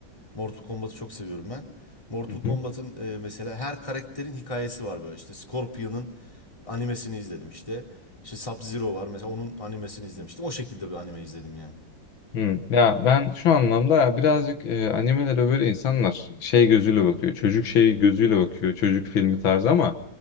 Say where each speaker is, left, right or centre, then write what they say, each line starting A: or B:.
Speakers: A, on the left; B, on the left.
A: Mortal Kombat'ı çok seviyorum ben. Mortal
B: hı
A: Kombat'ın
B: hı.
A: e, mesela her karakterin hikayesi var böyle. İşte Scorpion'ın animesini izledim işte. İşte Sub-Zero var mesela onun animesini izlemiştim. O şekilde bir anime izledim yani.
B: Hı. Ya ben şu anlamda ya birazcık e, animelere böyle insanlar şey gözüyle bakıyor. Çocuk şeyi gözüyle bakıyor. Çocuk filmi tarzı ama